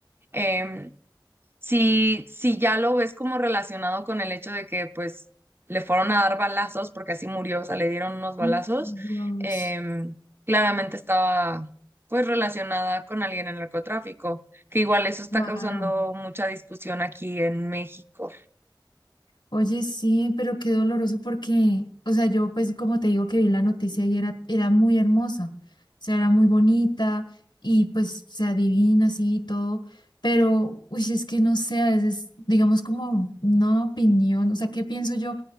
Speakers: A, on the right; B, on the left.
A: em, si, si ya lo ves como relacionado con el hecho de que pues le fueron a dar balazos, porque así murió, o sea, le dieron unos balazos,
B: Oh, Dios,
A: em, claramente estaba pues relacionada con alguien en el narcotráfico, que igual eso está
B: claro.
A: causando mucha discusión aquí en México.
B: Oye, sí, pero qué doloroso porque, o sea, yo pues como te digo que vi la noticia y era, era muy hermosa, o sea, era muy bonita y pues se adivina así y todo, pero, uy, es que no sé, a veces digamos como una opinión, o sea, ¿qué pienso yo